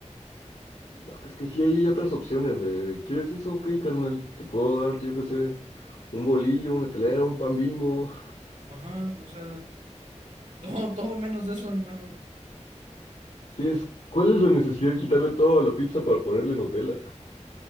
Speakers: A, on the left (about 80°); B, on the right (about 80°).
A: No, es que sí hay otras opciones de, ¿quieres eso? Ok, carnal, te puedo dar, yo qué sé, un bolillo, una telera, un pan Bimbo.
B: Ajá, o sea, <laughs> todo, todo menos de eso, hermano.
A: Sí, es, ¿cuál es la necesidad de quitarle todo a la pizza para ponerle Nutella?